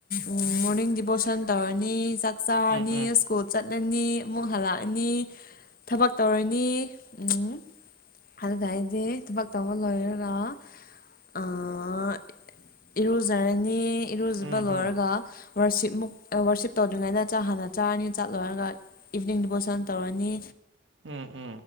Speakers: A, on the left; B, on the right.
A: ꯎꯝ ꯃꯣꫪꯅꯤꯡꯒꯤ ꯕꯣꯁꯟ ꯇꯧꯔꯅꯤ ꯆꯥꯛ ꯆꯥꯔꯅꯤ
B: ꯎꯝ
A: ꯏꯁ꯭ꯀꯨꯜ ꯆꯠꯂꯅꯤ ꯑꯃꯨꯛ ꯍꯜꯂꯛꯑꯅꯤ ꯊꯕꯛ ꯇꯧꯔꯅꯤ ꯎꯝ ꯑꯗꯨꯗ ꯍꯥꯏꯗꯤ ꯊꯕꯛ ꯇꯧꯕ ꯂꯣꯏꯔꯒ ꯑꯥ ꯏꯔꯨꯖꯔꯅꯤ ꯏꯔꯨꯖꯕ
B: ꯎꯝ ꯎꯝ
A: ꯂꯣꯏꯔꯒ
B: ꯍꯨꯝ
A: ꯋꯥꯔꯁꯤꯞꯃꯨꯛ ꯋꯥꯔꯁꯤꯞ ꯇꯧꯗ꯭ꯔꯤꯉꯩꯗ ꯆ ꯍꯥꯟꯅ ꯆꯥꯔꯅꯤ ꯆꯠꯂꯣꯏꯔꯒ ꯏꯚꯅꯤꯡ ꯗꯤꯕꯣꯔꯁꯟ ꯇꯧꯔꯅꯤ
B: ꯎꯝ ꯎꯝ